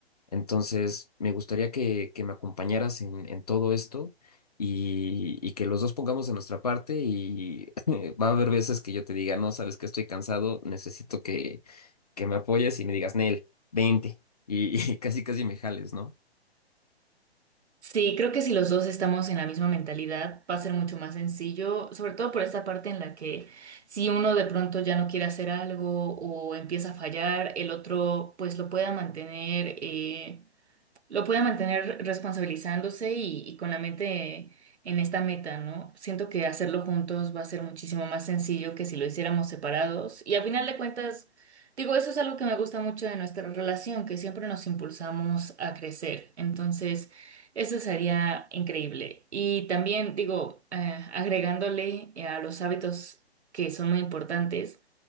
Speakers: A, on the left; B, on the right.
A: Entonces, me gustaría que, que me acompañaras en, en todo esto y, y que los dos pongamos de nuestra parte y <laughs> va a haber veces que yo te diga, no, sabes que estoy cansado, necesito que, que me apoyes y me digas, Nel, vente. Y, <laughs> y casi casi me jales, ¿no?
B: Sí, creo que si los dos estamos en la misma mentalidad, va a ser mucho más sencillo, sobre todo por esta parte en la que si uno de pronto ya no quiere hacer algo o empieza a fallar, el otro pues lo pueda mantener. eh, lo pueda mantener responsabilizándose y, y con la mente en esta meta, ¿no? Siento que hacerlo juntos va a ser muchísimo más sencillo que si lo hiciéramos separados. Y al final de cuentas, digo, eso es algo que me gusta mucho de nuestra relación, que siempre nos impulsamos a crecer. Entonces, eso sería increíble. Y también, digo, eh, agregándole a los hábitos que son muy importantes.